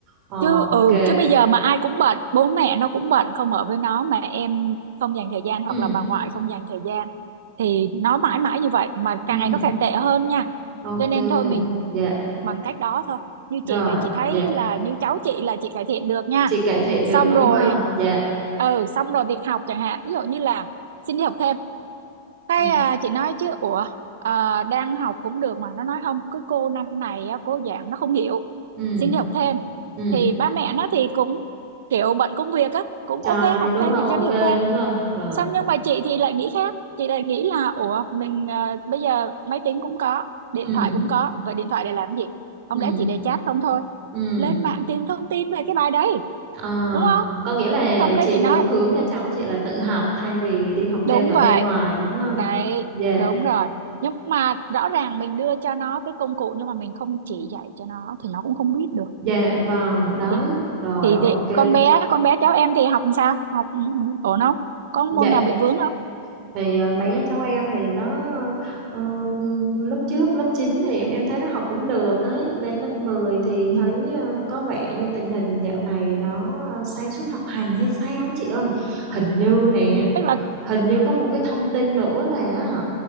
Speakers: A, on the right; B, on the right.
A: ok
B: chứ ừ chứ bây giờ mà ai cũng bệnh bố mẹ nó cũng bệnh không ở với nó mà em không dành thời gian hoặc
A: ừ
B: là bà ngoại không dành thời gian thì nó mãi mãi như vậy mà càng
A: ừ
B: ngày nó càng tệ hơn nha
A: ok
B: cho nên thôi mình
A: dạ
B: bằng cách đó thôi như
A: rồi
B: chị thì chị thấy
A: dạ
B: là như cháu chị là chị cải thiện được nha
A: chị cải thiện
B: xong
A: được đúng
B: rồi
A: không dạ
B: ừ xong rồi việc học chẳng hạn ví dụ như là xin đi học thêm cái
A: ừ
B: à, chị nói chứ ủa à, đang học cũng được mà nó nói không cứ cô năm này á, cô giảng nó không hiểu
A: ừ
B: xin đi học thêm
A: ừ
B: thì ba mẹ nó thì cũng kiểu bận công việc á cũng
A: cho
B: ok
A: đi
B: học
A: đúng
B: thêm
A: không
B: thì
A: ok
B: cho đi học thêm
A: đúng không rồi
B: xong nhưng mà chị thì lại nghĩ khác chị lại nghĩ là ủa mình à, bây giờ máy tính cũng có điện
A: ừ
B: thoại cũng có vậy điện thoại để làm gì không
A: ừ
B: lẽ chỉ để chat không thôi
A: ừ
B: lên mạng tìm thông tin về cái bài đấy
A: à,
B: đúng không
A: có nghĩa là
B: xong cái
A: chị
B: chị
A: muốn
B: nói
A: hướng cho cháu chị là tự học thay vì đi học thêm
B: đúng
A: ở
B: vậy
A: bên ngoài đúng không
B: Đấy,
A: dạ
B: đúng rồi. Nhưng mà rõ ràng mình đưa cho nó cái công cụ nhưng mà mình không chỉ dạy cho nó thì nó cũng không biết được.
A: dạ vâng đấy
B: Thì,
A: rồi
B: thì,
A: ok
B: thì con bé con bé cháu em thì học làm sao? Học ừ, ổn không? Có môn
A: dạ
B: nào bị vướng không?
A: thì à, bé cháu em thì nó ờ, ừ, lúc trước lớp 9 thì em em thấy nó học cũng được đấy lên lớp 10 thì
B: Ừ.
A: thấy à, có vẻ như tình hình dạo này nó à, sa sút học hành hay sao á chị ơi hình như nè
B: Tức là
A: hình như có một cái thông tin nữa là á hả